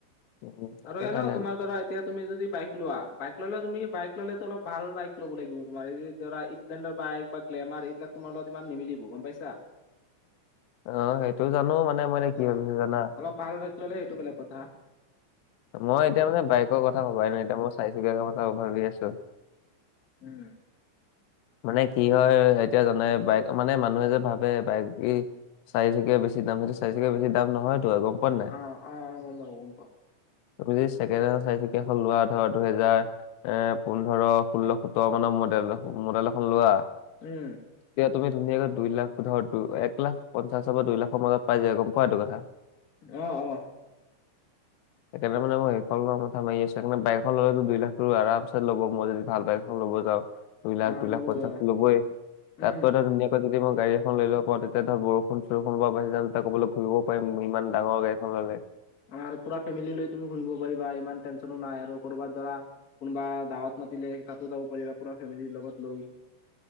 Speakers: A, on the left (about 80°); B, on the left (about 45°).
A: উম সেইটো
B: আৰু এনেইও
A: কাৰণে
B: তোমাৰ ধৰা এতিয়া তুমি যদি বাইক লোৱা বাইক ল'লে তুমি বাইক ললেতো অলপ ভাল বাইক ল'ব লাগিব তোমাৰ এই যে ধৰা স্প্লেণ্ডাৰ বাইক বা গ্লেমাৰ এইবিলাক তোমাৰ লগত ইমান নিমিলিব গম পাইছা।
A: অ সেইটো জানো মানে মই এ কি
B: অ',
A: ভাবিছো জানা?
B: অলপ ভাল বাইক ল'লে সেইটো বেলেগ কথা।
A: মই এতিয়া মানে বাইকৰ কথা ভবাই ন এতিয়া মই চাৰিচুকীয়াক কথা ভাবি আছো।
B: উম।
A: মানে কি হয় এতিয়া জানে বাইক মানে মানুহে যে ভাবে বাইক কি চাৰিচুকীয়া বেছি দাম সেইটো চাৰিচকীয়া বেছি দাম নহয়তো আৰু গম পোৱা নাই।
B: অ', অ', অ, গম পাওঁ, গম পাওঁ।
A: তুমি যদি ছেকেণ্ডহেণ্ড চাৰি চকীয়াখন লোৱা ধৰ দুহেজাৰ এ পোন্ধৰ, ষোল্ল, সোতৰ মানৰ মডেল-মডেল এখন লোৱা৷
B: উম।
A: এতিয়া তুমি ধুনীয়াকৈ দুই লাখ ধৰ এক লাখ পঞ্চাছৰ পৰা দুই লাখৰ মত পাই যায় গম পোৱা এইটো কথা।
B: অ-অ।
A: সেইকাৰণে মানে মই সেইখনৰ লোৱা কথা মাৰি আছো বাইকখন ল'লে দুই লাখ টো আৰাম চ ল'ব মই য ভাল বাইক ল'ব যাও দুই লাখ
B: অ',
A: দুই
B: ল'বই
A: লাখ পঞ্চাছটো
B: অ',
A: ল'বই তাতকৈ
B: উম।
A: ধৰ ধুনীয়াকৈ যদি মই গাড়ী এখন লৈ লব পাওঁ তেতিয়া ধৰ বৰ খন চোৰখনৰ পৰা পাইি যানতে ক'বলৈ <unintelligible> ঘূৰিব পাৰিম ইমান ডাঙৰ গাড়ীখন ল'লে।
B: অ পুৰা ফেমিলি লৈ তুমি ঘুৰিব পাৰিবা ইমান টেনচনো নাই আৰু কৰ'বাত ধৰা কোনোবা দাঁৱত মাতিলে তাতো যাব পাৰিবা পুৰা ফেমিলি লগত লৈ।